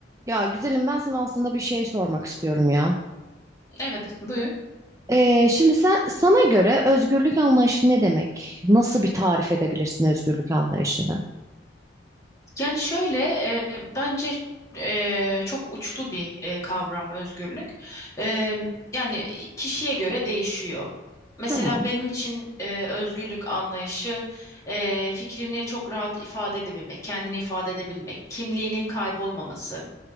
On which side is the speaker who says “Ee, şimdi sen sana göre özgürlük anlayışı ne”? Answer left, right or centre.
Right